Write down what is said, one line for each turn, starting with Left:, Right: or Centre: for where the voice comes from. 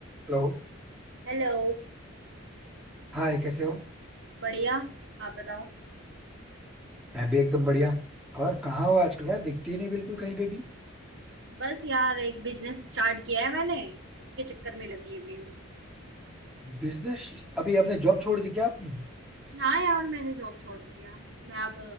Centre: Hello
Right: हेलो
Centre: Hi कैसे हो
Right: बढ़िया आप बताओ
Centre: मैं भी एकदम बढ़िया और कहाँ हो आजकल यार दिखती ही नहीं बिल्कुल कहीं पे भी
Right: बस यार एक बिजनेस स्टार्ट किया है मैंने उसके चक्कर में लगी हुई हूँ
Centre: बिजनेस अभी आपने जॉब छोड़ दी क्या आपने
Right: हाँ यार मैंने जॉब छोड़ दिया मैं अब